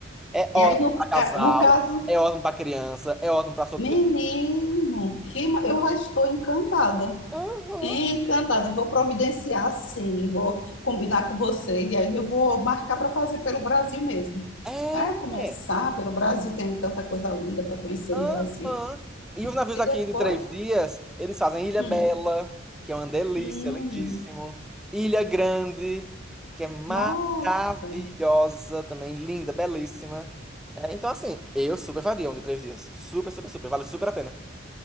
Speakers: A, in the centre; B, on the left (about 70°).
A: É
B: E
A: ótimo
B: aí, no,
A: pra casal,
B: ca- no caso,
A: é ótimo pra criança, é ótimo pra solteiro.
B: menino, que, ma- eu já estou encantada.
A: Aham.
B: Encantada, vou providenciar sim, vou combinar com você e aí eu vou marcar para fazer pelo Brasil mesmo.
A: É.
B: Ah, começar pelo Brasil, tem tanta coisa linda para conhecer
A: Aham.
B: no Brasil.
A: E os navios
B: E
A: daqui
B: depois,
A: de três dias, eles fazem Ilha
B: hum,
A: Bela, que é uma delícia,
B: hum,
A: lindíssimo. Ilha Grande, que é maravilhosa
B: nossa,
A: também, linda, belíssima. É, então, assim, eu super faria um de três dias. Super, super, super. Vale super a pena.